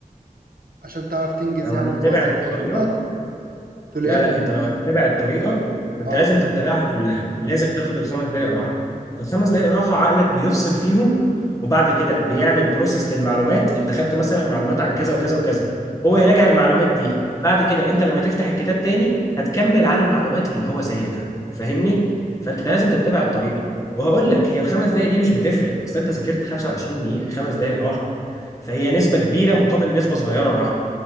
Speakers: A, on the right; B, on the left.
A: عشان تعرف تنجز
B: لو
A: يعني
B: هتتبع
A: وتوصل
B: الطريقه
A: الحاجات ببعضها تقول
B: لا
A: ايه
B: لا انت لو هتتبع الطريقه فانت
A: اه
B: لازم تتبعها كلها لازم تاخد الخمس دقائق راحه الخمس دقائق راحه عقلك بيفصل فيهم وبعد كده بيعمل بروسيس للمعلومات انت خدت مثلا معلومات عن كذا وكذا وكذا هو
A: اه
B: يراجع المعلومات دي بعد كده انت لما تفتح الكتاب تاني هتكمل على المعلومات اللي هو سايبها فاهمني فانت
A: م-م.
B: لازم تتبع الطريقه وهقول لك هي الخمس دقائق دي مش بتفرق اصل انت ذاكرت 25 دقيقه خمس دقائق راحه فهي نسبه كبيره مقابل نسبه صغيره راحه